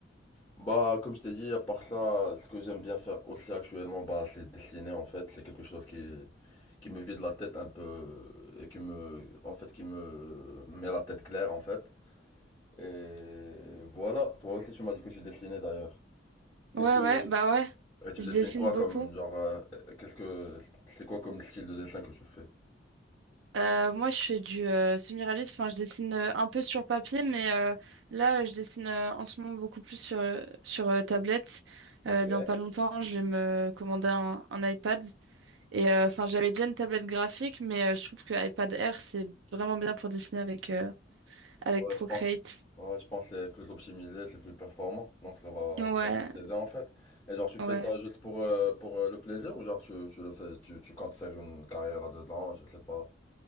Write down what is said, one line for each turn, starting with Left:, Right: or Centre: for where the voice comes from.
Left: Bah, comme je t'ai dit, à part ça, ce que j'aime bien faire aussi actuellement, bah, c'est dessiner en fait. C'est quelque chose qui, qui me vide la tête un peu et qui me, en fait, qui me met la tête claire en fait. Et voilà, toi aussi tu m'as dit que tu dessinais d'ailleurs. Qu'est-ce
Right: ouais,
Left: que...
Right: ouais, bah ouais.
Left: Et tu
Right: Je
Left: dessines
Right: dessine
Left: quoi
Right: beaucoup.
Left: comme genre... euh, qu'est-ce que... C'est quoi comme style de dessin que tu fais?
Right: Euh, moi, je fais du euh, semi-réaliste. Enfin, je dessine euh, un peu sur papier, mais euh, là, euh, je dessine euh, en ce moment beaucoup plus sur, euh, sur euh, tablette.
Left: Ok.
Right: Euh, dans pas longtemps, je vais me commander un, un iPad. Et euh, enfin, j'avais déjà une tablette graphique, mais euh, je trouve que iPad Air, c'est vraiment bien pour dessiner avec, euh, avec
Left: Ouais,
Right: Procreate.
Left: je pense. Ouais, je pense que c'est plus optimisé, c'est plus performant. Donc ça va,
Right: Ouais,
Left: ça va juste t'aider en fait. Et genre tu fais
Right: ouais.
Left: ça juste pour euh, pour euh, le plaisir ou genre tu, tu le fais, tu, tu comptes faire une carrière là-dedans, je sais pas.